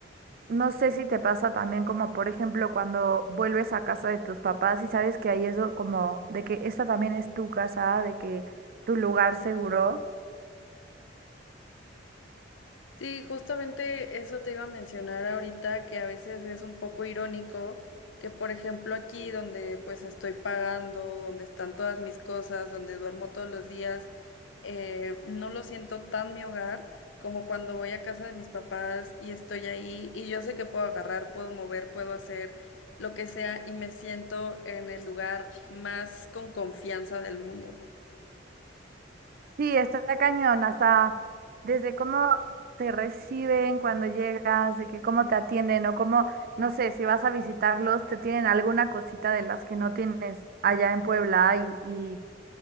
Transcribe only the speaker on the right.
no sé si te pasa también como, por ejemplo, cuando vuelves a casa de tus papás y sabes que ahí es do- como de que esta también es tu casa, de que tu lugar seguro.
Sí, está cañón, hasta desde cómo te reciben cuando llegas, de que cómo te atienden o cómo, no sé, si vas a visitarlos, te tienen alguna cosita de las que no tienes allá en Puebla y, y